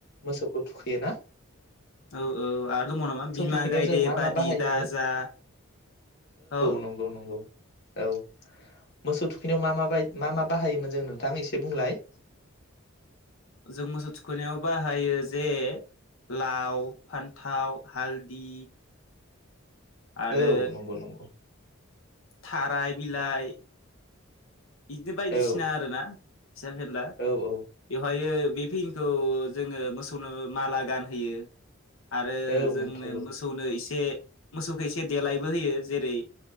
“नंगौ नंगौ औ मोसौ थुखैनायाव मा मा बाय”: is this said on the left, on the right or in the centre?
Left